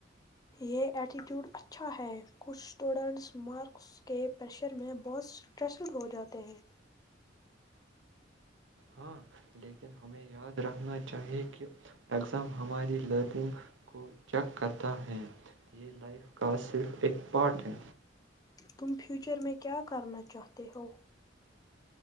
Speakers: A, on the left; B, on the right.
A: یہ ایٹیٹیوڈ اچھا ہے کچھ اسٹوڈنٹس مارکس کے پریشر میں بہت اسٹریٹ ہو جاتے ہیں
B: ہاں لیکن ہمیں یاد رکھنا چاہیے کہ ایگزام ہماری لرننگ کو چیک کرتا ہے یہ لائف کا صرف ایک پارٹ ہے
A: تم فیوچر میں کیا کرنا چاہتے ہو